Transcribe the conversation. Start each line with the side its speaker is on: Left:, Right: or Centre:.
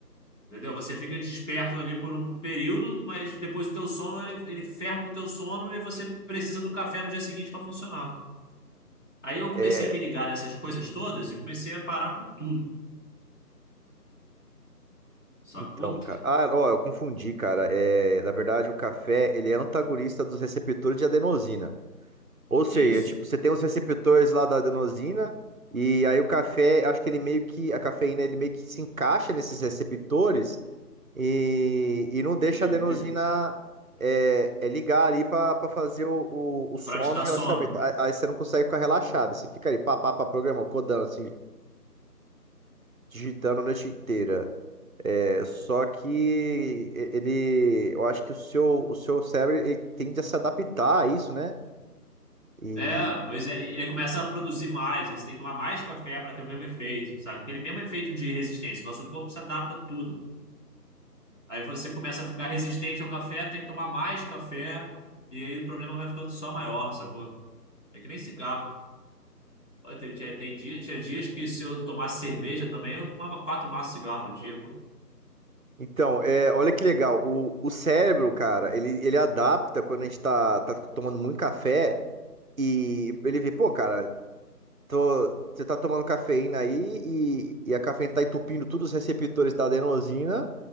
Left: entendeu? Você fica desperto ali por um período, mas depois o teu sono, ele, ele ferra com o teu sono e você precisa do café no dia seguinte para funcionar. Aí eu comecei
Right: É,
Left: a me ligar nessas coisas todas e comecei a parar com tudo, sacou?
Right: Então, cara. Ah, ó, eu confundi, cara. É, na verdade, o café, ele é antagonista dos receptores de adenosina. Ou seja,
Left: Isso.
Right: tipo, você tem os receptores lá da adenosina e aí o café, acho que ele meio que a cafeína ele meio que se encaixa nesses receptores e, e não deixa
Left: E,
Right: a adenosina
Left: e
Right: é, é ligar ali pra pra fazer o, o, o sono,
Left: Pra te dar
Right: o relaxamento.
Left: sono.
Right: Aí aí você não consegue ficar relaxado, você fica aí pá, pá, pá, programa, codando assim, digitando a noite inteira. É, só que e- ele, eu acho que o seu, o seu cérebro ele tende a se adaptar a isso, né? E
Left: É, pois é, ele começa a produzir mais, aí você tem que tomar mais café para ter o mesmo efeito, sabe? Aquele mesmo efeito de resistência. Nosso corpo se adapta a tudo. Aí você começa a ficar resistente ao café, tem que tomar mais café, e aí o problema vai ficando só maior, sacou? É que nem cigarro. Pô, Tem, tinha- tem dia, tinha dias que se eu tomasse cerveja também, eu fumava quatro maços de cigarro no dia, pô.
Right: então, é, olha que legal, o, o cérebro, cara, ele, ele adapta quando a gente tá, tá tomando muito café e ele vê, pô, cara, tô, você tá tomando cafeína aí e, e a cafeína tá entupindo todos os receptores da adenosina,